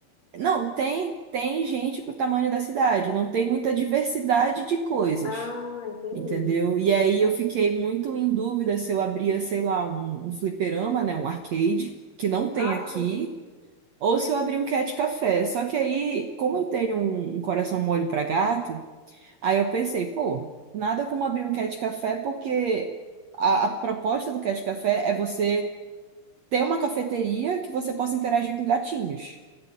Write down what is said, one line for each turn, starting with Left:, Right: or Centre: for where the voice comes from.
Right: Não, tem, tem gente pro tamanho da cidade, não tem muita diversidade de coisas
Left: Ah, entendi.
Right: entendeu? E aí eu fiquei muito em dúvida se eu abria, sei lá, um, um fliperama, né, um arcade, que não tem
Left: Ah,
Right: aqui,
Left: sim.
Right: ou se eu abria um cat café. Só que aí, como eu tenho um, um coração mole para gato, aí eu pensei, pô, nada como abrir um cat café, porque a, a proposta do cat café é você ter uma cafeteria que você possa interagir com gatinhos.